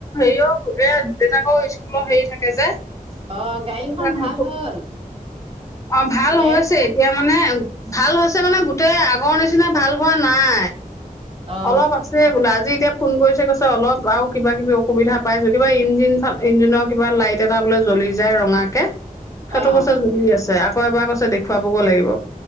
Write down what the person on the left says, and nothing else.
এও এ দেউতাকৰ স্কুলৰ হেৰি থাকে যে।
সেইটো কাৰণে
অসুখ
অ ভাল
আ হৈছে এতিয়া মানে ভাল হৈছে মানে গোটেই আগৰ নিচিনা ভাল হোৱা নাই
অলপ আছে বোলে আজি এতিয়া ফোন কৰিছে কৈছে অলপ আৰু কিবা কিবি অসুবিধা পাইছো কিবা ইঞ্জিনাল ইঞ্জিনৰ কিবা লাইট এটা বোলে জ্বলি যায় ৰঙাকে সেইটো
কছে জৰি আছে। কৌ এবাৰ কৈছে দেখুৱাবগৈ লাগিব।